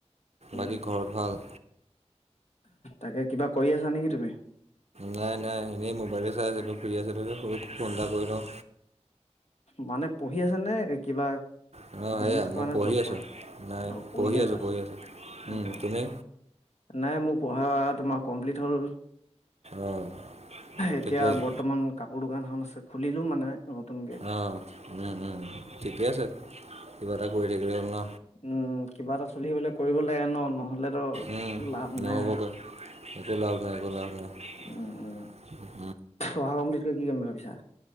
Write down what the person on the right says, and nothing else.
বাকী ঘৰত ভাল?
নাই, নাই, এনেই মোবাইলে চাই আছিলো, ফোন এটা কৰি লও
সেয়া
মই
পঢ়ি
আছো,
নাই
পঢ়ি
আছো পঢ়ি আছো,
উম,
তুমি?
অঁ
ঠিক আছে
আহ, উম, উম, ঠিকেই আছে কিবা এটা কৰি থাকিলে হ'ল ন
উম,
নহ'বগৈ
<unintelligible> নাই <unintelligible>
ন